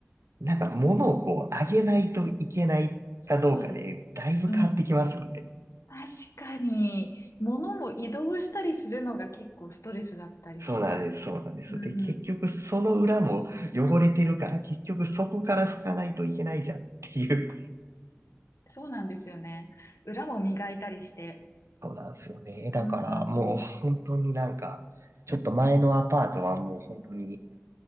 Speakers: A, on the right; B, on the left.
A: なんか物をこう、あげないといけないかどうかで、
B: そうです。
A: だいぶ変わってきますよね。
B: うん確かに、物も移動したりするのが結構ストレスだったりします。
A: そうなんです、そうなんです。
B: うん、
A: で、結局その裏も汚れてるから、
B: うん、
A: 結局そこから拭かないといけないじゃんっていう。
B: そうなんですよね。裏も磨いたりして。
A: そうなんですよね。だからもう本当になんか、
B: ああ、うん、
A: ちょっと前のアパートはもう本当に、